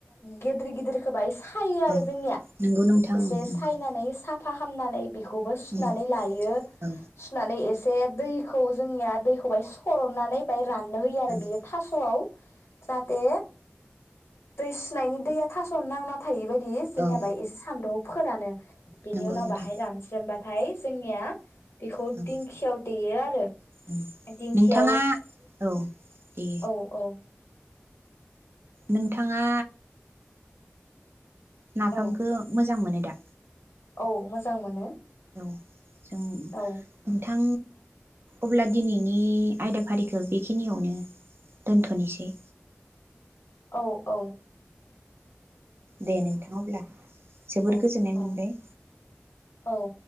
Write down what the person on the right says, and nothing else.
औ
नंगौ नोंथां
ओं नंगौ
उम
औ
औ
औ
नंगौ
नोंथां
औ
उम
नोंथाङा औ दे
नोंथाङा, नाफामखौ
मोजां मोनो। दा
औ। जं
नोंथां अब्ला दिनैनि आयदाफारिखौ बेखिनियावनो दोनथनोसै
दे नोंथां अब्ला जोबोर
गोजोननाय
मोनबाय